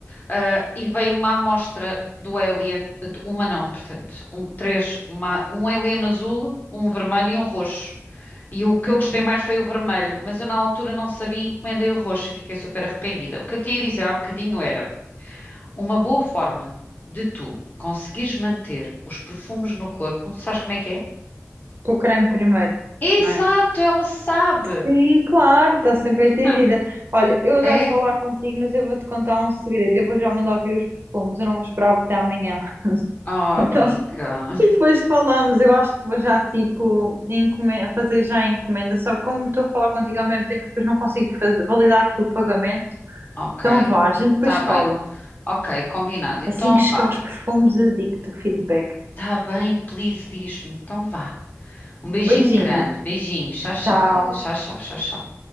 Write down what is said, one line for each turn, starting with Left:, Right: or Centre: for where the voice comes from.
Left: ah, e veio uma amostra do Alien, de- uma não, portanto, um- três, uma, um Alien azul, um vermelho e um roxo. E o que
Right: sim,
Left: eu gostei
Right: sim.
Left: mais foi o vermelho, mas eu na altura não sabia e encomendei o roxo e fiquei super arrependida. O que eu te ia dizer há bocadinho era uma boa forma de tu conseguires manter os perfumes no corpo, sabes como é que é?
Right: Pelo creme primeiro,
Left: Exato,
Right: não é?
Left: ela sabe!
Right: Sim,
Left: <laughs>
Right: claro, está sempre entendida.
Left: Hum,
Right: Olha, eu adoro
Left: É?
Right: falar contigo, mas eu vou-te contar um segredo. Eu vou já mandar vir os perfumes, eu não vou esperar até amanhã.
Left: Oh, amiga.
Right: Então, <laughs> e depois falamos, eu acho que vou já tipo encomen- fazer já a encomenda, só que como estou a falar contigo ao mesmo tempo, depois não consigo fazer- validar aqui o pagamento.
Left: Ok,
Right: Então vá, a gente depois
Left: tá
Right: fala.
Left: bem. Ok, combinado. Então
Right: Assim que
Left: vá.
Right: chegar aos perfumes, eu digo-te o feedback.
Left: Tá bem, please, diz-me. Então vá. Um beijinho
Right: Beijinho,
Left: grande, beijinho. Tchau, tchau,
Right: tchau.
Left: querida. Tchau, tchau, tchau, tchau.